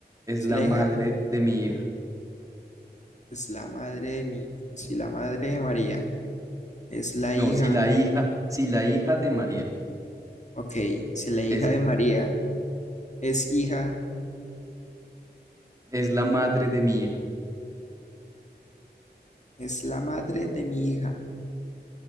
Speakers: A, on the right; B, on the left.
A: es
B: si
A: la
B: la
A: madre
B: hija
A: de mi hija.
B: es la madre de mi, si la madre de María es la
A: No,
B: hija,
A: si la hija, si la hija de María
B: ok, si la hija
A: es
B: de María es hija,
A: Es la madre de mi hija.
B: es la madre de mi hija,